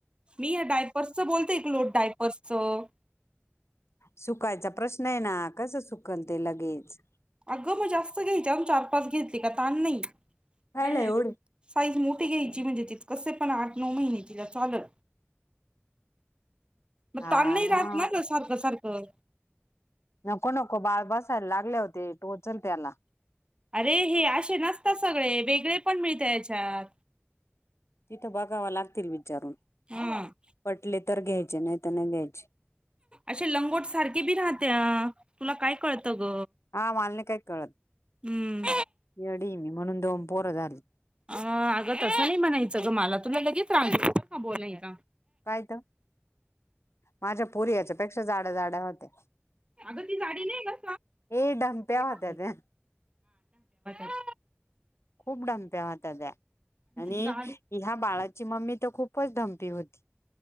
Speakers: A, on the right; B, on the left.
A: मी या डायपर्सचं बोलतेये क्लोज डायपर्सचं.
B: सुकायचा प्रश्न आहे ना कसं सुकल ते लगेच.
A: अगं मग जास्त घ्यायच अ चार पाच घेतयली का ताण नाही.
B: राहिला
A: <unintelligible>
B: एवढे
A: साईज मोठी घ्यायची म्हणजे तिथ कसे पण आठ नऊ महिने तिला चालल. मग
B: हा
A: ताण नाही राहतना ग सारखं सारखं
B: नको नको बाळ बसायला लागल्यावर ते टोचल त्याला.
A: अरे हे असे नसत सगळे वेगळे पण मिळत याच्यात
B: तिथं बघाव लागतील विचारून
A: ह
B: पटले तर घ्यायचे नाही तर नाही घ्याय
A: अशे लंगोट सारखे बी राहत्या तुला काय कळतं ग.
B: हा माल नाय काय कळत
A: हम्म
B: येडी मी म्हणून दोन पोरं झाली.
A: अ अगं तसं नाही म्हणायचं ग मला तुला लगेच राहलं येतो का बोलायचा.
B: कायत माझ्या पुरी याच्या पेक्षा जाड्या जाड्या होत्या
A: अग ती जाडी नाही ये बर
B: ए ढमप्या होत्या
A: का
B: त्या
A: <unintelligible>
B: खूप ढमप्या होत्या त्या आणि
A: ती जाडी
B: ह्या बाळाची मम्मी तर खूपच ढमपी होती.